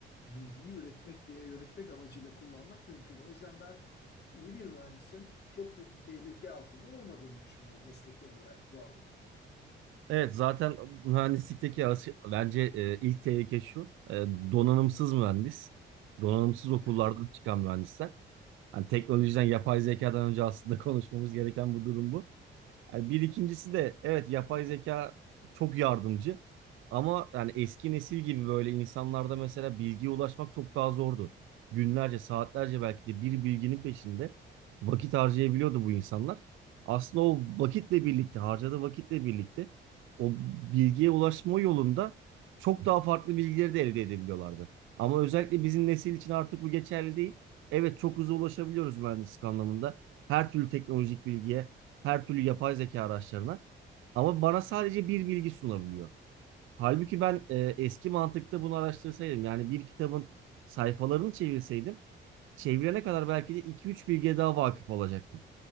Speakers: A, on the left; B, on the right.
A: bilgiyi üretmek veya yönetmek amacıyla kullanmak mümkün. O yüzden ben iyi bir mühendisin çok büyük bir tehlike altında olmadığını düşünüyorum mesleki olarak bu anlamda.
B: Evet zaten mühendislikteki as- bence e, ilk tehlike şu. e, donanımsız mühendis. Donanımsız okullardan
A: Evet,
B: çıkan mühendisler. Hani teknolojiden, yapay zekadan önce aslında <laughs> konuşmamız gereken bu durum bu. Yani bir ikincisi de evet yapay zeka çok yardımcı ama yani eski nesil gibi böyle insanlarda mesela bilgiye ulaşmak çok daha zordu. Günlerce, saatlerce belki de bir bilginin peşinde vakit harcayabiliyordu bu insanlar. Aslında o vakitle birlikte, harcadığı vakitle birlikte o bilgiye ulaşma yolunda çok daha farklı bilgileri de elde edebiliyorlardı. Ama özellikle bizim nesil için artık bu geçerli değil. Evet çok hızlı ulaşabiliyoruz mühendislik anlamında. Her türlü teknolojik bilgiye her türlü yapay zeka araçlarına. Ama bana sadece bir bilgi sunabiliyor. Halbuki ben e, eski mantıkta bunu araştırsaydım yani bir kitabın sayfalarını çevirseydim çevirene kadar belki de iki üç bilgiye daha vakıf olacaktım.